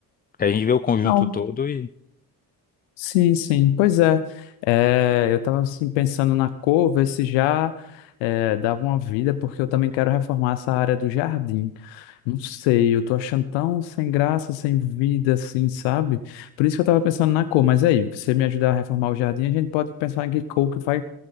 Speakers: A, on the left (about 20°); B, on the left (about 80°).
A: Que a gente vê o conjunto
B: Não.
A: todo e
B: Sim, sim. Pois é. É, eu estava assim, pensando na cor, ver se já é, dava uma vida, porque eu também quero reformar essa área do jardim. Não sei, eu tô achando tão sem graça, sem vida, assim, sabe? Por isso que eu estava pensando na cor. Mas aí, você me ajudar a reformar o jardim, a gente pode pensar em que cor que vai